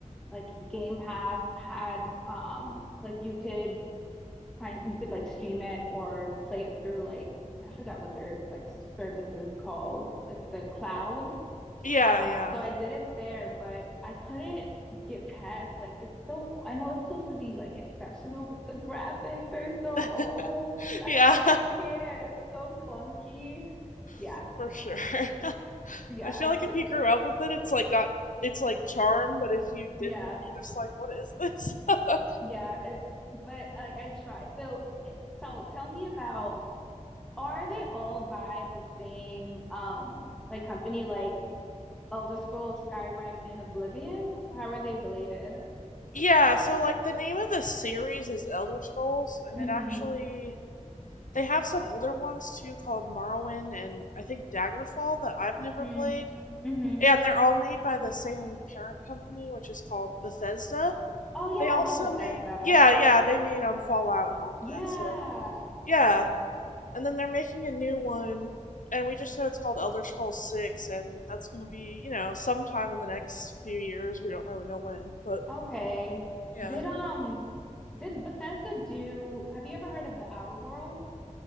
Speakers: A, in the centre; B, on the left.
A: like Game Pass had um like you could kind you could like stream it or play it through like I forgot what their like service is called, like the cloud.
B: Yeah,
A: Um,
B: yeah.
A: so I did it there, but I couldn't get past like it's so I know it's supposed to be like exceptional, but the graphics are so
B: <laughs>
A: old. I
B: Yeah,
A: was like, I can't. It's so clunky. Yeah,
B: <laughs> for sure. <laughs>
A: Yeah,
B: I feel
A: I couldn't
B: like if you
A: do
B: grew
A: it.
B: up with it, it's like got it's like charm, but if you
A: Yeah,
B: didn't, you're just like, what is this? <laughs>
A: yeah, it's but like I try. So it, tell tell me about are they all by the same um like company like Elder Scrolls, Skyrim, and Oblivion? How are they related?
B: Yeah, so like the name of the series is Elder Scrolls, and
A: Mm-hmm.
B: it actually They have some older ones too called Morrowind and I think Daggerfall that I've never
A: Mm,
B: played.
A: hmm
B: And they're all made by the same parent company, which is called Bethesda.
A: Oh yeah,
B: They also
A: I love Bethesda.
B: made yeah, yeah, they made um Fallout and all
A: Yeah.
B: that. So yeah. And then they're making a new one and we just know it's called Elder Scrolls Six and that's gonna be, you know, sometime in the next few years. We don't really know when, but
A: Okay.
B: yeah.
A: Did um did Bethesda do have you ever heard of the Outer Worlds?